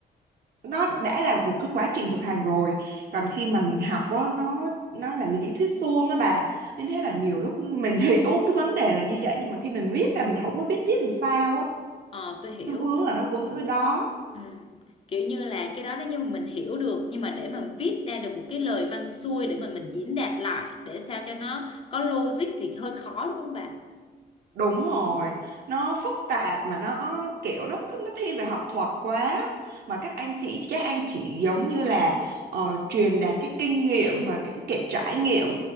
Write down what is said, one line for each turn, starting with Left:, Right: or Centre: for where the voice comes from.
Right: nó đã là một cái quá trình thực hành rồi còn khi mà mình học á nó nó là lý thuyết suông á bà nên thế là nhiều lúc mình <laughs> hiểu cái vấn đề là như vậy nhưng mà khi mình viết ra mình không có biết viết làm sao á
Left: ờ tôi hiểu
Right: nó vướng là nó vướng ở đó
Left: Ừ. Kiểu như là cái đó nếu như mà mình hiểu được nhưng mà để mà viết ra được một cái lời văn xuôi để mà mình diễn đạt lại để sao cho nó có logic thì hơi khó đúng không bà?
Right: Đúng rồi, nó phức tạp mà nó kiểu nó cứ- nó thiên về học thuật quá mà các anh chị các anh chị giống như là ờ, truyền đạt cái kinh nghiệm và cái, cái trải nghiệm